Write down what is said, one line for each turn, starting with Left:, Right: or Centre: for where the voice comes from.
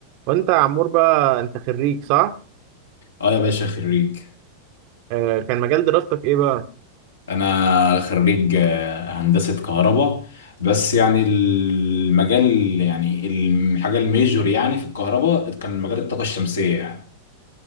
Right: وانت يا عمور بقى انت خريج صح؟
Left: اه يا باشا خريج
Right: آه كان مجال دراستك ايه بقى؟
Left: انا خريج آه، هندسة كهرباء بس يعني المجال يعني الحاجة الميجور يعني في الكهرباء كان مجال الطاقة الشمسية